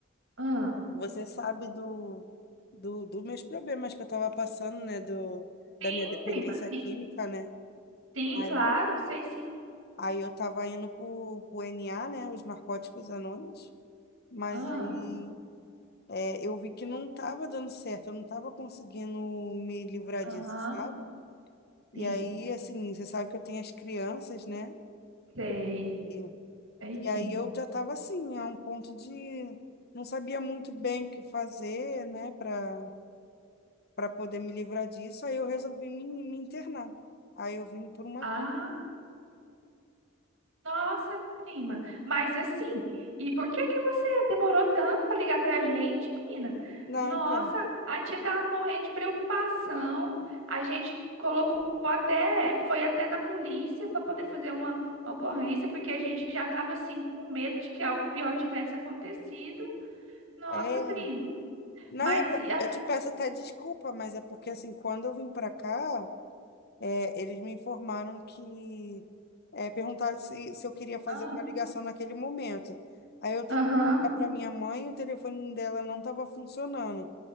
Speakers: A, on the right; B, on the left.
A: Ah,
B: você sabe do, do, dos meus problemas que eu tava passando, né? Do,
A: sim,
B: da minha dependência
A: prima. Sim,
B: química, né?
A: sim,
B: Aí,
A: claro, sei sim.
B: aí eu tava indo pro, pro NA, né? Os Narcóticos Anônimos. Mas
A: Ah,
B: aí é, eu vi que não estava dando certo, eu não estava conseguindo me livrar
A: aham,
B: disso, sabe? E
A: sim,
B: aí, assim, você sabe que eu tenho as crianças, né?
A: sei.
B: E,
A: Aí
B: e
A: sim.
B: aí eu já estava assim, a um ponto de não sabia muito bem o que fazer, né, para para poder me livrar disso. Aí eu resolvi me, me internar. Aí eu vim por uma
A: Ah,
B: clínica.
A: nossa, prima. Mas assim, e por que que você demorou tanto para ligar pra gente, menina?
B: Não,
A: Nossa,
B: então,
A: a tia tava morrendo de preocupação. A gente colocou até, foi até na polícia para poder fazer uma ocorrência, porque a gente já tava assim com medo de que algo pior tivesse acontecido. Nossa,
B: é.
A: prima.
B: Não,
A: Mas
B: eu, pe-
A: e a-
B: eu te peço até desculpa, mas é porque assim, quando eu vim para cá. é, eles me informaram que é, perguntaram se, se eu queria fazer
A: ah,
B: uma ligação naquele momento. Aí eu tentei
A: aham.
B: ligar para minha mãe e o telefone dela não estava funcionando.